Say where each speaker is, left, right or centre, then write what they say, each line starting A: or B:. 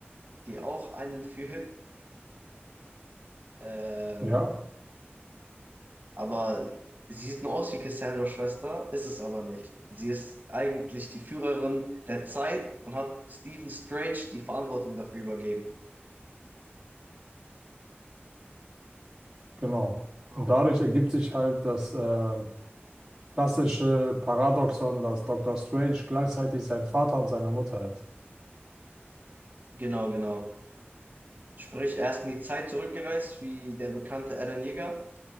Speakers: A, on the right; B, on the right.
A: die auch einen führt. Ähm,
B: Ja,
A: aber sie sieht nur aus wie Cassandras Schwester, ist es aber nicht. Sie ist eigentlich die Führerin der Zeit und hat Stephen Strange die Verantwortung dafür übergeben.
B: genau.
A: Genau.
B: Und dadurch ergibt sich halt das äh, klassische Paradoxon, dass Doctor Strange gleichzeitig sein Vater und seine Mutter ist.
A: Genau, genau. Sprich, er ist in die Zeit zurückgereist, wie der bekannte Eren Yeager,